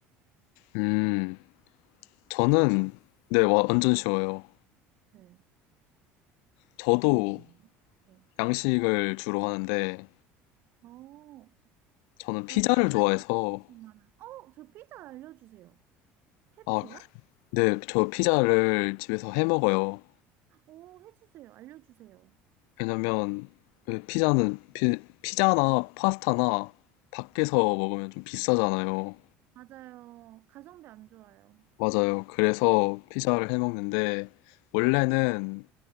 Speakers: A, on the left; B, on the right.
A: 음, 저는,
B: 쉽죠?
A: 네,
B: 네,
A: 와, 완전 쉬워요.
B: 네.
A: 저도
B: A님은요? 네.
A: 양식을 주로 하는데,
B: 어,
A: 저는
B: 저한테
A: 피자를
B: 알려주고
A: 좋아해서,
B: 싶으신 만한, 어, 저 피자 알려주세요. 해 드세요?
A: 아, 네, 저 피자를 집에서 해 먹어요.
B: 오, 해주세요. 알려주세요.
A: 왜냐면 왜 피자는 피, 피자나 파스타나 밖에서 먹으면 좀 비싸잖아요.
B: 맞아요. 가성비 안 좋아요.
A: 맞아요. 그래서 피자를 해 먹는데 원래는